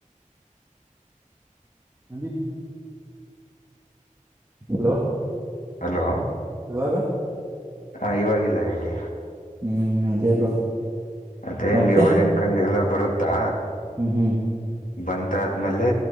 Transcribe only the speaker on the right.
ಅ <inaudible> ಹಲೋ
ಇವಾಗ
ಹ್ಮ್ ಅದೇ ಬ್ರೋ
ಮತ್ತೆ
ಹ್ಮ್ ಹ್ಮ್